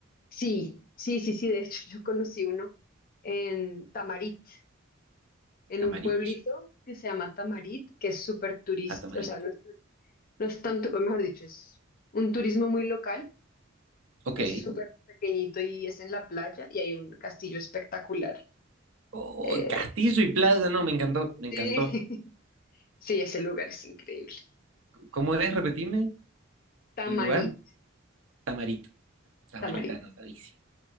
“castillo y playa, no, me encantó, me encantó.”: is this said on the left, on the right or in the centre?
Right